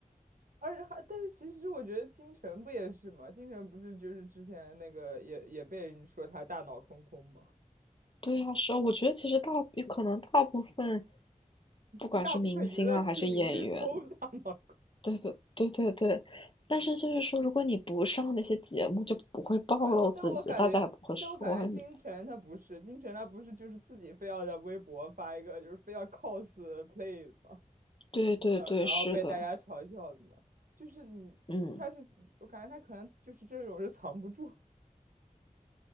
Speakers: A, on the right (about 85°); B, on the left (about 40°).
A: 而且还，但是其实我觉得金晨不也是吗？金晨不是就是之前那个也也被人说她大脑空空吗？
B: 对啊，是啊我觉得其实大可能大部分
A: <laughs>
B: 不管是明星啊还是演员。
A: 大部分娱乐系明星都大脑空
B: 对对对对对，但是就是说，如果你不上那些节目，就不会暴露自己，
A: 没有，但我感觉，
B: 大家也不会说你。
A: 但我感觉金晨她不是，金晨她不是就是自己非要在微博发一个，就是非要 cos play 的嘛，
B: 对对对，
A: 呃，然后被大家嘲笑的嘛，
B: 是的，
A: 就是你，
B: 嗯，
A: 他是，我感觉他可能就是这种是藏不住。